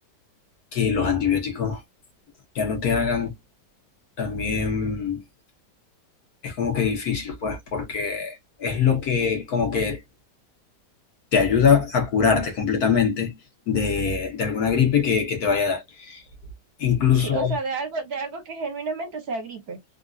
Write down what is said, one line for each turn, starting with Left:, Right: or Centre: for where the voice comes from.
Left: que los antibióticos ya no te hagan, también es como que difícil, pues, porque es lo que como que te ayuda a curarte completamente de, de alguna gripe que, que te vaya a dar. Incluso,
Right: Sí, o sea, de algo, de algo que genuinamente sea gripe,